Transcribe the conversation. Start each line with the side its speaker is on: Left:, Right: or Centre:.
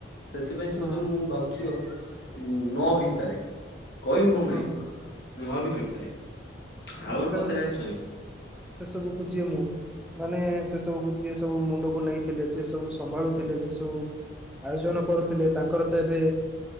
Left: ସେଥିପାଇଁ ସେ
Centre: ହୁଁ
Left: ବୋଧେ ମୁଁ ଭାବୁଚି ଆ ନ ହୋଇପାରେ କହି ହୋଉନାହିଁ
Centre: ହୁଁ
Left: ନ ବି ହୋଇପାରେ। ଆଉ
Centre: ଉଁ,
Left: ଗୋଟେ
Centre: କାରଣ
Left: କଥା ଜାଣିଚନ୍ତି?
Centre: ସେ ସବୁକୁ ଯିଏ ମୁଁ ମାନେ ସେ ସବୁକୁ ଯିଏ ସବୁ ମୁଣ୍ଡକୁ ନେଇଥିଲେ, ଯିଏ ସବୁ ସମ୍ଭାଳୁଥିଲେ, ଯିଏ ସବୁ ଆୟୋଜନ କରୁଥୁଲେ ତାଙ୍କର ତ ଏବେ